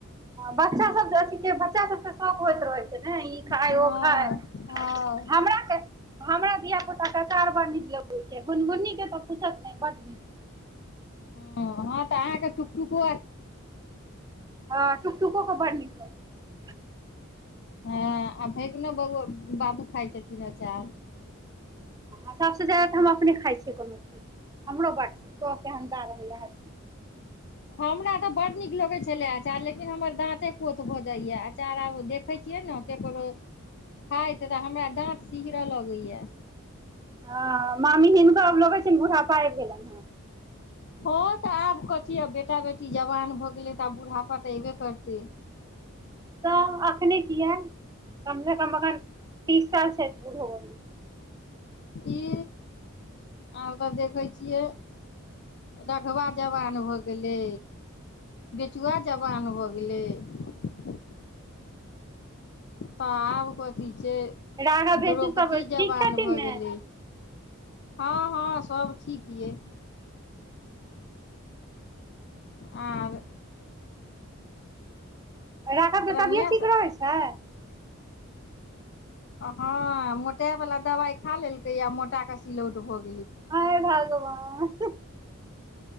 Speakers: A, on the right; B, on the left.
A: बच्चा सब अथ बच्चा सब तऽ सब होइत रहै छै ने ई खाय
B: हँ
A: ओ ख
B: हँ
A: हमरा धिय पुता चार बड़ नीक लगैत छै गुनगुनी के तऽ पूछत ब नीक
B: ह हँ तऽ अहाँके ुकटुको
A: हँ टुकटुको क बड़ नीक लगै छै
B: हँ आ भै ना बआ बाबू खााय छथिन अचार
A: छै सभसँ ज्यादा तऽ हम अपने खाइ छियै कोनो चीज हमरो बटसँ स सेहदार होैए चीज
B: हमरा तऽ बडड़ड नीक लगैत छलै अचार लेकिन हमर दाँते कोोथ भऽ जाइए अचार आब देखैत छियै ने ककरो खाइत तऽ हमरा दाँत सिहरय लगैए
A: हँ मामी हिनको आब लगै छनि बुढ़ापा आबि गेलनि हँ
B: ह तऽ आब कथी आब बेटा बेटी जवान भऽ गेलै तऽ आब बुढ़ापा तऽ अयबे करतै
A: तऽ अखने किया कम से कम अग तीस सालस बुढ़बमे
B: ई आब तऽ देखे छियै रघवा जवान हो गेले बेचुआा जवान हो गेले अगिले तब कोथी से
A: राघव भेची
B: द्रौपदी
A: सब
B: जवान
A: ठीक छथिन
B: भऽ
A: ने
B: गेलै हँ हँ सभ ठीक यइ आर
A: राधाकें तऽ
B: रनिया
A: तभियत ठीक
B: स
A: रहैत छै
B: हँ मोटा वला दबाइ खा लेलकैए मोटाके सिलौट भ गेल
A: हेय भगवान